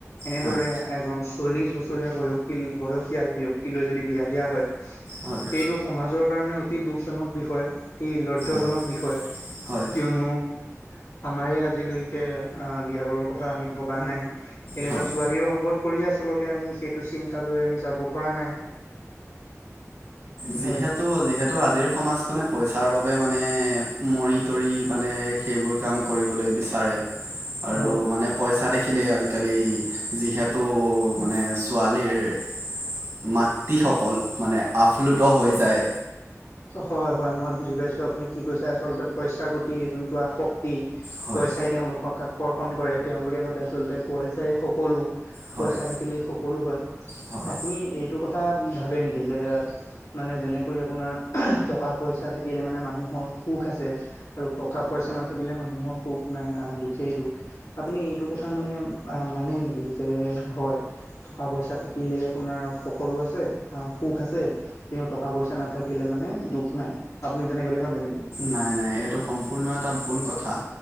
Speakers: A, on the left (about 80°); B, on the right (about 60°).
A: এনেদৰে
B: হয়
A: এজন চল্লিশ বছৰীয়া বয়সী- বয়সীয়াল ব্যক্তিলৈ যদি, বিয়া দিয়া হয় সেইটো
B: হয়
A: সমাজৰ কাৰণে অতি দুখজনক বিষয়, অতি লজ্জাজক
B: হয়
A: বিষয়।
B: হয়
A: কিয়নো আমাৰে আজিলৈকে, অ, বিয়া-বাৰুৰ কথা আমি ভবা নাই। এনেকুৱা
B: হয়
A: ছোৱালীও বহুত সেই আচলতে আমি, সেইটো চিন্তা লৈ আমি যাব পৰা নাই।
B: যিহেতু-যিহেতু,
A: হয়
B: আজিৰ সমাজখনে পইচাৰ বাবে বাবে মানে, মৰি-তৰি মানে সেইবোৰ কাম কৰিবলৈ বিচাৰে। আৰু
A: হয়
B: মানে পইচা দেখি দেখিলে আজিকালি, যিহেতু মানে ছোৱালীৰ মাতৃসকল, মানে আফ্লুত হৈ যায়
A: হয়-হয় মই বুজি পাইছো, আপুনি কি কৈছে আচলতে পইচাৰ প্ৰতি যোনটো আসক্তি
B: হয়
A: পইচাই তেওঁলোকক আকৰ্ষণ কৰে। তেওঁলোকে ভাবে আচলতে পইচাই সকলো
B: হয়
A: পইচা থাকিলে স কলো হয়,
B: হয়
A: আপুনি এইটো কথা ভাবে নেকি যে, মানে যেনেকৈ আপোনাৰ টকা পইচা থাকিলে মানে মানুহৰ সুখ আছে, আৰু টকা পইচা নাথাকিলে মানুহৰ সুখ নহয়, দুখেই-দুখ, আপুনি এইটো কথা মানে মানে নেকি যে হয় টকা-পইচা থাকিলেই আপোনাৰ সকলো আছে, সুখ আছে, ক টকা পইচা নাথাকিলে থাকিলে মানে দুখ নাই, আপুনি তেনেকে বুলি ভাবে নেকি?
B: নাই-নাই, এইটো সম্পূৰ্ণ এটা ভুল কথা,